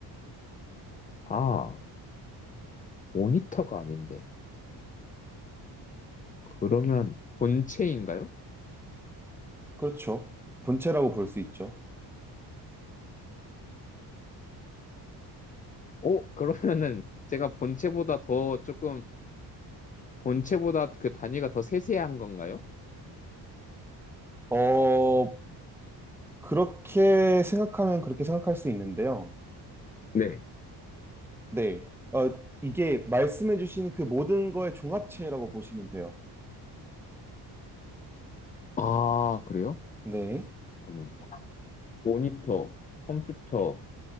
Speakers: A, on the left; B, in the centre.
A: 아, 모니터가 아닌데. 그러면 본체인가요?
B: 그렇죠. 본체라고 볼 수 있죠.
A: 어, 그러면은 제가 본체보다 더 조금, 본체보다 그 단위가 더 세세한 건가요?
B: 어, 그렇게 생각하면 그렇게 생각할 수 있는데요.
A: 네.
B: 네, 어, 이게 말씀해주신 그 모든 거의 종합체라고 보시면 돼요.
A: 아, 그래요?
B: 네,
A: 잠깐만요. 모니터, 컴퓨터,